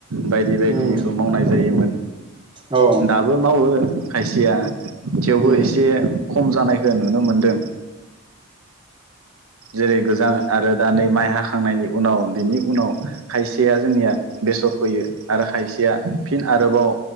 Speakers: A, on the right; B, on the right.
A: बायदि बायदिखौ
B: उम
A: मावनाय जायोमोन
B: औ
A: दाबो मावो खायसेया थेवबो
B: उम
A: एसे खम जानायखौ नुनो मोनदों जेरै गोजां आरो दा नै माइ हाखांनायनि उनाव बिनि उनाव खायसेया जोंनिया बेसर फैयो आरो खायसेया फिन आरोबाव